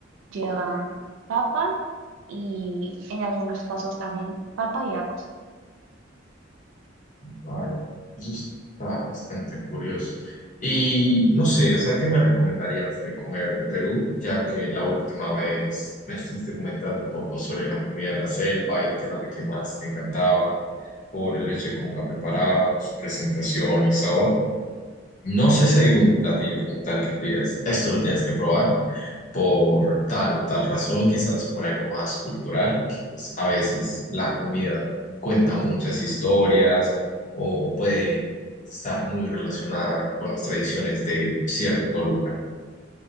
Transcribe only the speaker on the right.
llevan papa y en algunos casos también papa y arroz.